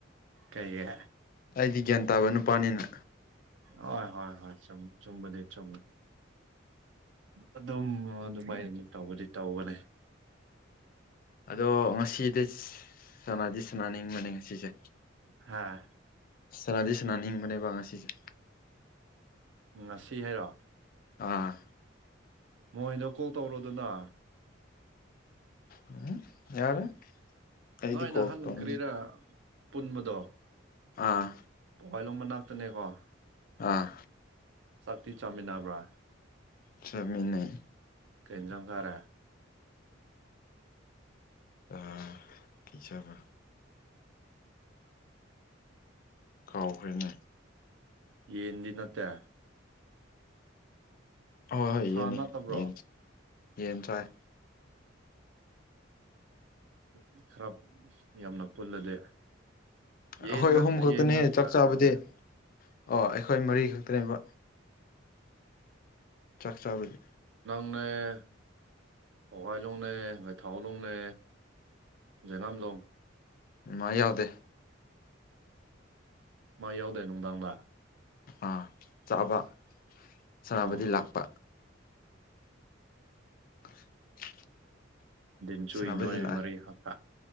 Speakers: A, on the right (about 70°); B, on the left (about 45°).
A: ꯀꯩꯒꯤ
B: ꯑꯩꯗꯤ ꯒ꯭ꯌꯥꯟ ꯇꯥꯕ ꯅꯨꯄꯥꯅꯤꯅ
A: ꯍꯣꯏ ꯍꯣꯏ ꯍꯣꯏ ꯆꯨꯝ ꯆꯨꯝꯕꯗꯤ ꯆꯨꯝꯃꯤ ꯑꯗꯨꯝ ꯑꯗꯨꯃꯥꯏꯅ ꯇꯧꯕꯗꯤ ꯇꯧꯕꯅꯦ
B: ꯑꯗꯣ ꯉꯁꯤꯗꯤ ꯁꯅꯥꯗꯤ ꯁꯅꯥꯅꯤꯡꯕꯅꯦ ꯉꯁꯤꯁꯦ
A: ꯍꯥꯥ
B: ꯁꯅꯥꯗꯤ ꯁꯅꯥꯅꯤꯡꯕꯅꯦꯕ ꯉꯁꯤꯁꯦ
A: ꯉꯁꯤ ꯍꯥꯏꯔꯣ
B: ꯑꯥ
A: ꯃꯣꯏꯗ ꯀꯣꯛ ꯇꯧꯔꯣꯗꯅ
B: ꯎꯝ ꯌꯥꯔꯦ ꯑꯩꯗꯤ
A: ꯅꯣꯏ ꯅꯥꯍꯟ
B: ꯀꯣꯜ ꯇꯧꯅꯤꯡ
A: ꯀꯔꯤꯔꯥ ꯄꯨꯟꯕꯗꯣ
B: ꯑꯥ
A: ꯋꯥꯏꯂꯣꯝ ꯃꯅꯥꯥꯛ ꯇꯅꯦꯀꯣ
B: ꯑꯥ
A: ꯆꯥꯛꯇꯤ ꯆꯥꯃꯤꯟꯅꯥꯕ꯭ꯔꯥ
B: ꯆꯥꯃꯤꯟꯅꯩ
A: ꯀꯩ ꯏꯟꯖꯥꯡ ꯆꯥꯔꯦ
B: ꯑ ꯀꯩ ꯆꯥꯕ ꯀꯥꯎꯈ꯭ꯔꯦꯅꯦ
A: ꯌꯦꯟꯗꯤ ꯅꯠꯇꯦ
B: ꯍꯣꯏ ꯍꯣꯏ
A: ꯁꯥ
B: ꯌꯦꯟꯅꯤ
A: ꯅꯠꯇꯕ꯭ꯔꯣ
B: ꯌꯦꯟ ꯌꯦꯟ ꯆꯥꯏ
A: ꯃꯤ ꯈꯔ ꯌꯥꯝꯅ ꯄꯨꯜꯂꯗꯤ ꯌꯦꯟ
B: ꯑꯈꯣꯏ
A: ꯉꯥꯛꯇ
B: ꯑꯍꯨꯝ ꯈꯛꯇꯅꯦ
A: ꯌꯦꯟ ꯉꯥꯛꯇ
B: ꯆꯥꯛ ꯆꯥꯕꯗꯤ
A: ꯑꯗꯨꯅꯦ
B: ꯑꯣ ꯑꯩꯈꯣꯏ ꯃꯔꯤ ꯈꯛꯇꯅꯦꯕ ꯆꯥꯛ ꯆꯥꯕꯗꯤ
A: ꯅꯦ ꯄꯧꯒꯥꯏꯂꯣꯡꯅꯦ ꯉꯩꯊꯥꯂꯣꯡꯅꯦ ꯖꯦꯉꯝꯂꯣꯡ
B: ꯃꯥ ꯌꯥꯎꯗꯦ
A: ꯃꯥ ꯌꯥꯎꯗꯦ ꯅꯨꯡꯗꯥꯡꯗ
B: ꯑꯥ ꯆꯥꯕ ꯁꯅꯥꯅꯕꯗꯤ
A: ꯑꯣ
B: ꯂꯥꯛꯄ
A: ꯑꯣ
B: <unintelligible>
A: ꯟꯆꯨ
B: ꯁꯅꯥꯕꯗꯤ
A: ꯅꯣꯏ
B: ꯂꯥꯛꯑꯦ
A: ꯃꯔꯤ ꯍꯥꯛꯀ